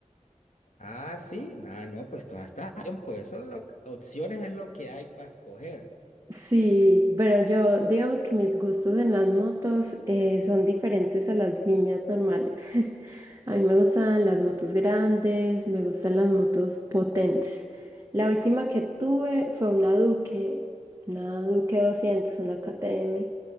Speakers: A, on the left (about 70°); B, on the right (about 25°).
A: Ah, sí. Ah, no, pues todo está bien. Pues son lo- opciones es lo que hay para escoger.
B: Sí, pero yo, digamos que mis gustos en las motos eh, son diferentes a las niñas normales. <laughs> A mí me gustan las motos grandes, me gustan las motos potentes. La última que tuve fue una Duque, una Duque doscientos, una KTM,